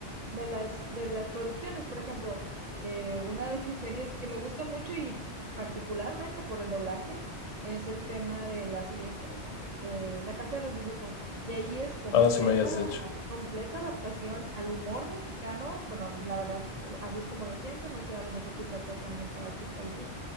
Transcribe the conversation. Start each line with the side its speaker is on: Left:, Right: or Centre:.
Right: de las, de las producciones. Por ejemplo, eh, una de mis series que me gusta mucho y particularmente por el doblaje es el tema de la serie esta de eh, La Casa de los Dibujos. Y ahí es completa,
Left: Ah, sí me habías dicho.
Right: completa adaptación al humor mexicano. Bueno, la verdad, eh, así es como lo siento. No sé, a lo mejor se trató también para otros países,